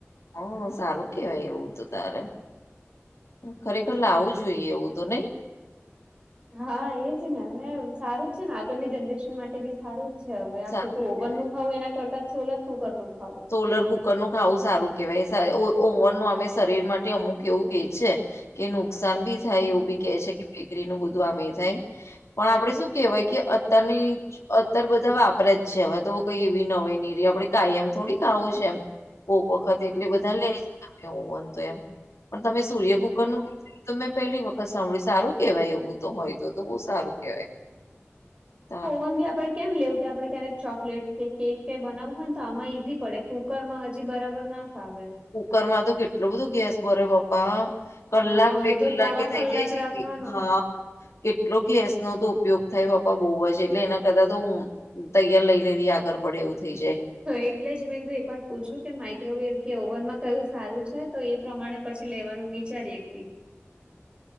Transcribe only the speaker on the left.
હ સારું કેવાય એવું તો તારે.
ખરેખર લાવું જોઈએ એવું તો નહી.
સારું
કેવાય.
સોલર કુકર નું ખાવું સારું કેવાય ઓવન નું અમે શરીર માટે અમુક એવું કે છે. કે નુકસાન ભી. થાય
એવું બી કે છે કે બેકરીનું બધું આમ એ થાય પણ આપડે શું કેહેવાય કે. અતની અત્યારે બધા વાપરે જ છે હવે તો કઈ એવી નવાઈ નહીં આપડે કાયમ થોડી આવું છે એમ કોક વખત એટલી
બધા
લે
એવું તો એમ પણ તમે સૂર્ય
કુકર નું કીધું તમે પહેલી વખત સાંભળી સારું કેહેવાય એવું. હોય તો તો બહુ સારું કેહેવાય.
કુકર માં તો કેટલો બધું ગેસ બરે બાપ્પા. કલાક
બે
કલાકે
એ થઇ
જાય છે
કે હા. કેટલો ગેસનો તો ઉપયોગ થાય બાપા બહુ છે એટલે એના કરતા તો હું. તૈયાર લઈ લેવી આગળ પડે એવું. થઈ જાય